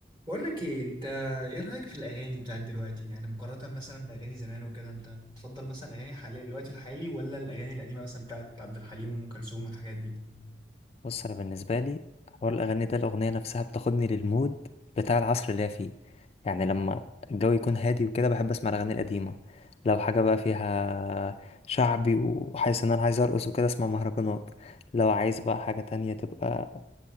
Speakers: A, on the right (about 25°); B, on the left (about 35°).
A: بقول لك ايه انت ايه رايك في الاغاني بتاعت دلوقتي يعني مقارنه مثلا باغاني زمان وكده انت بتفضل مثلا اغاني حاليا الوقت الحالي ولا الاغاني القديمه مثلا بتاعت عبد الحليم وام كلثوم والحاجات دي
B: بص انا بالنسبه لي حوار الاغاني ده الاغنيه نفسها بتاخدني للمود بتاع العصر اللي هي فيه يعني لما الجو يكون هادي وكده بحب اسمع الاغاني القديمه لو حاجه بقى فيها شعبي وحاسس ان انا عايز ارقص وكده اسمع مهرجانات لو عايز بقى حاجه تانية تبقى